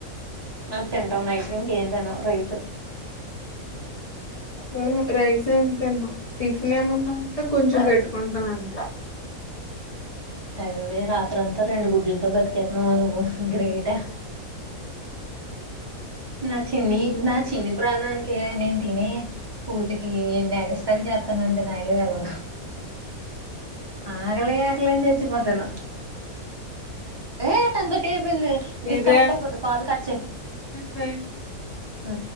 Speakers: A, on the right (about 25°); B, on the left (about 35°).
A: ఆ తింటన్న ఇవ్వు ఏం తిను రైస్
B: ఊహు రైసే తింటా టిఫిన్ ఏమన్న ఉంటె కొంచెం పెట్టుకుంటా అంతే
A: అవవే రాత్ర అంతా రెండు గుడ్డులతో బతికేతున్నాం అను గ్రేట. నా చిన్ని
B: ఉమ్,
A: నా చిన్ని ప్రాణానికి నేను. తినే కూతుకి ఎన్ని ఎగస్టాల్ చేస్తానంటే నాకే తెల్వదు ఆగలే ఆకలే న్ చచ్చి పోతన ఏ తందటి ల్ డిస్కనెక్ట్
B: ఇదే
A: అయిపోతుది కాల్ కట్చే.
B: బయ
A: ఆ